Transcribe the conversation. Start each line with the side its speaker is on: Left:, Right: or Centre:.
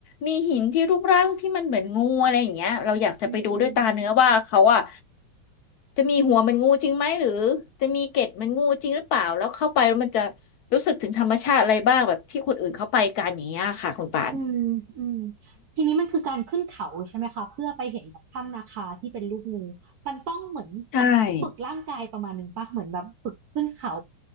Left: มีหินที่รูปร่างที่มันเหมือนงูอะไรอย่างเงี้ยเราอยากจะไปดูด้วยตาเนื้อว่าเขาอะ
Right: อืม
Left: จะมีหัวเหมันงูจริงไหมหรือจะมีเกล็ดเหมันงูจริงหรือเปล่าแล้วเข้าไปแล้วมันจะรู้สึกถึงธรรมชาติอะไรบ้างแบบที่คนอื่นเขาไปกันอย่างเงี้ยค่ะคุณป่าน
Right: อืมอืมทีนี้มันคือการขึ้นเขาใช่ไหมคะเพื่อไปเห็นแบบถ้ำนาคาที่เป็นรูปงูมันต้องเหมือน
Left: ใช่
Right: ฝึกร่างกายประมาณหนึ่งปะเหมือนแบบฝึกขึ้นเขา